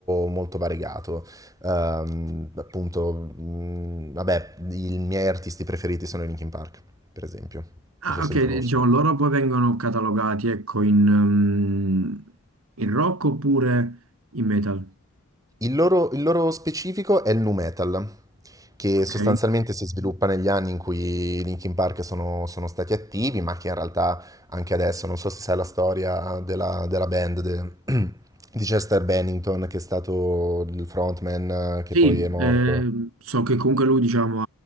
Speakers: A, on the right; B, on the right.
A: molto variegato. Ehm, appunto, mm, vabbè, i miei artisti preferiti sono i Linkin Park, per esempio.
B: Ah,
A: Non so se
B: ok,
A: li conosco.
B: diciamo, loro poi vengono catalogati, ecco, in, ehm, in rock oppure in metal,
A: Il loro, il loro specifico è il nu metal, che
B: ok?
A: sostanzialmente si sviluppa negli anni in cui i Linkin Park sono, sono stati attivi, ma che in realtà anche adesso, non so se sai la storia della, della band de- <clears throat> di Chester Bennington, che è stato il frontman eh, che
B: Sì,
A: poi è morto.
B: eh, so che comunque lui, diciamo,